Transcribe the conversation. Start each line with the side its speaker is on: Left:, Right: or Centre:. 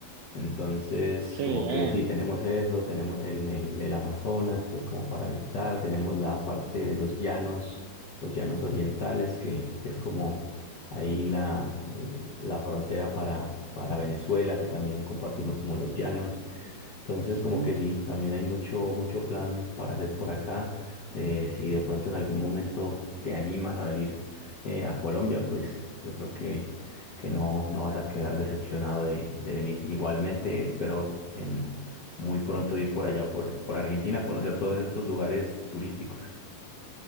Left: Entonces,
Right: Qué
Left: como
Right: bien.
Left: que sí, tenemos eso, tenemos el, el, el Amazonas, pues como para visitar, tenemos la parte de los llanos, los llanos orientales, que, que es como ahí la, la frontera para, para Venezuela, que también compartimos como los llanos. Entonces,
Right: Ujú.
Left: como que sí, también hay mucho, mucho plan para hacer por acá. Eh, si de pronto en algún momento te animas a venir eh, a Colombia, pues yo creo que, que no, no vas a quedar decepcionado de, de venir. Igualmente, espero en muy pronto ir por allá, por, por Argentina, a conocer todos estos lugares turísticos.